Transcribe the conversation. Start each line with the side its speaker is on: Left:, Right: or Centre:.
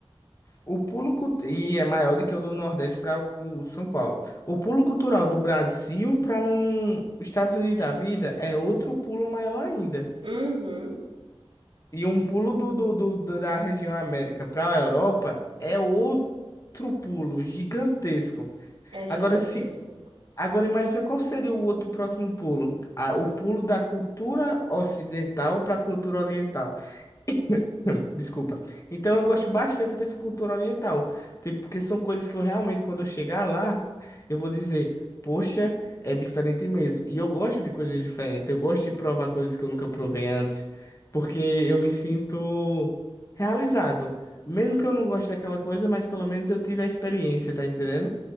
Left: O pulo cult- e é maior do que o do Nordeste para o São Paulo. O pulo cultural do Brasil para um Estados Unidos da vida é outro pulo maior ainda.
Right: Uhum.
Left: E um pulo do, do, do- do- da região América para a Europa é outro pulo gigantesco.
Right: É
Left: Agora,
Right: gigantesco.
Left: se, agora imagina qual seria o outro próximo pulo. Ah, o pulo da cultura ocidental para a cultura oriental. <laughs> Desculpa. Então eu gosto bastante dessa cultura oriental, tipo, porque são coisas que eu realmente, quando eu chegar lá, eu vou dizer, poxa, é diferente mesmo. E eu gosto de coisas diferentes, eu gosto de provar coisas que eu nunca provei antes, porque eu me sinto realizado. Mesmo que eu não goste daquela coisa, mas pelo menos eu tive a experiência, tá entendendo?